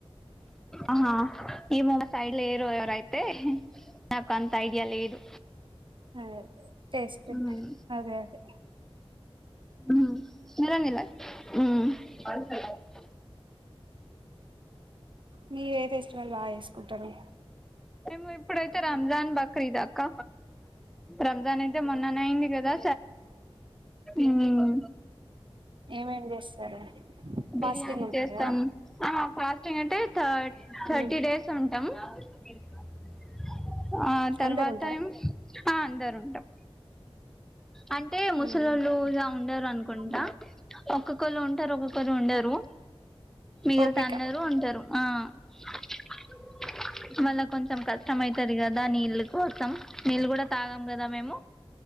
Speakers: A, in the centre; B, on the right.
A: ఆహా ఏమో సైడ్ లేరు ఎవరై తే నాకు అంత ఐడియా లేదు
B: అే టేస్ట్
A: ఉమ్
B: అదే అదే
A: <inaudible>
B: మీర ఏే ఫెస్టివల్ బాగా చేసుకుంటారు
A: మేము ఇప్పుడైతే రంజాన్ బక్రీద్ అక్క రంజాన్ అయితే మొన్న అయింది కదా ఉ
B: ఏమేం చేస్తారు
A: బిర్యానీ
B: ఫాస్టింగ్ ఉంటారు
A: చేస్తాం
B: కదా
A: ఆ ఫాస్టింగ్ అంటే థర్డ్ థర్టీ
B: ఉమ్
A: డేస్ ఉంట <unintelligible> ఆ తర్వాత
B: అందరు ఉంటారా
A: ఏం ఆ అందరు ఉంటాం అంటే ముసలళ్ళు
B: ఉమ్
A: ఇలా ఉండరు అనుకుంటా
B: ఉమ్
A: ఒక్కొక్కళ్ళు ఉంటారు ఒక్కొక్కళ్రుు ఉండరు మిగిలిత
B: ఓపిక
A: అందరూ ఉంటారు ఆ <unintelligible> మళ్ళ కొంచెం కష్టం అవుతాది కదా నీళ్ళ కోసం నీళ్ళు కూడా తాగం కదా మేము